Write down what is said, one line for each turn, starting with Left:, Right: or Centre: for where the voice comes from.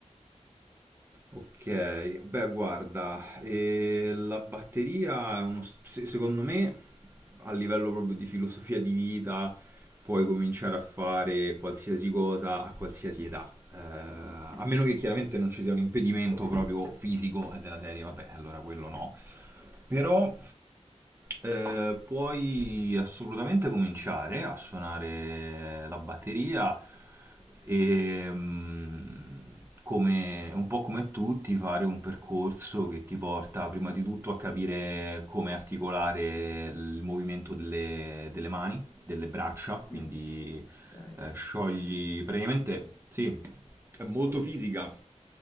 Right: Ok, beh, guarda, eh, la batteria è uno, s- se- secondo me, a livello proprio di filosofia di vita, puoi cominciare a fare qualsiasi cosa a qualsiasi età. Eh, a
Left: Mm,
Right: meno che chiaramente non ci sia un impedimento proprio fisico eh, della serie, vabbè, allora quello no. Però eh, puoi assolutamente cominciare a suonare la batteria e mm, come, un po' come tutti fare un percorso che ti porta prima di tutto a capire come articolare il movimento delle, delle mani, delle braccia, quindi
Left: mm, ok.
Right: eh, sciogli praticamente, sì, è molto fisica,